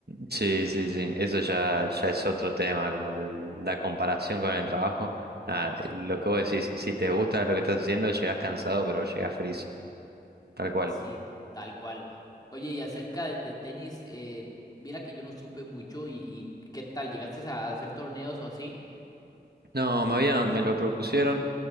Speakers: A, on the right (about 70°); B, on the left (about 20°).
A: Sí, sí, sí, eso ya, ya es otro tema, como el- la comparación con el trabajo. Nada, eh, lo que vos decís, si te gusta lo que estás haciendo, llegás cansado, pero llegás feliz, tal cual.
B: Sí, tal cual. Oye, y acerca de, de tenis, eh, mira que yo no supe mucho y, y ¿qué tal? ¿Llegaste a hacer torneos o así?
A: No, me habían, me lo propusieron.